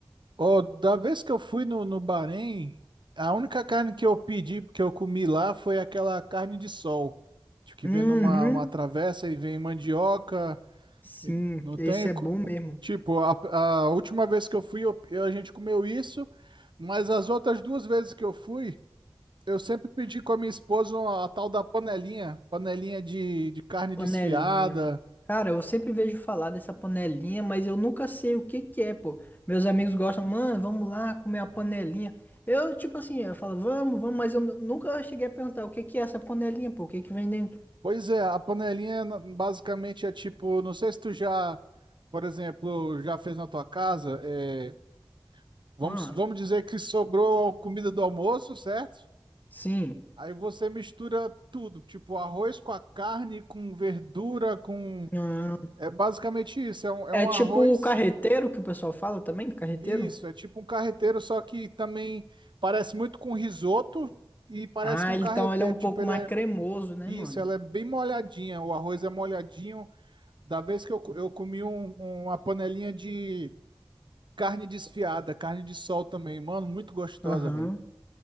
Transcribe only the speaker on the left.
Uhum.
Sim,
esse é
bom mesmo.
Panelinha.
Cara, eu sempre vejo falar dessa panelinha, mas eu nunca sei o que que é, pô. Meus amigos gostam, mano, vamos lá comer a panelinha. Eu, tipo assim, eu falo, vamos, vamos, mas eu nu- nunca cheguei a perguntar o que que é essa panelinha, pô, o que que vem dentro?
Ah,
sim.
Hum,
é
tipo o carreteiro que o pessoal fala também, carreteiro?
Ah,
ele-
então ele é um pouco
mais
cremoso, né,
mano?
Aham.